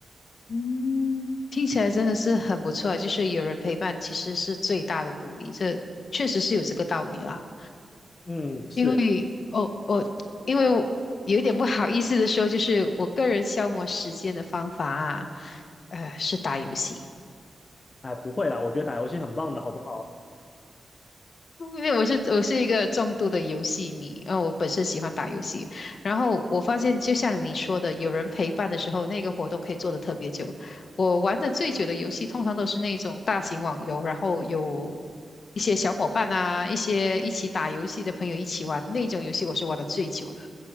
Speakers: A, on the left; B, on the left.
A: 嗯，听起来真的是很不错啊，就是有人陪伴其实是最大的鼓励，这确实是有这个道理啦。
B: 嗯，是，
A: 因为哦，我因为我有一点不好意思的说，就是我个人消磨时间的方法啊，呃，是打游戏。
B: 哎，不会啦，我觉得打游戏很棒的，好不好？
A: 因为我是我是一个重度的游戏迷，然后我本身喜欢打游戏，然后我发现就像你说的，有人陪伴的时候，那个活动可以做得特别久。我玩的最久的游戏，通常都是那种大型网游，然后有一些小伙伴啊，一些一起打游戏的朋友一起玩，那种游戏我是玩的最久的。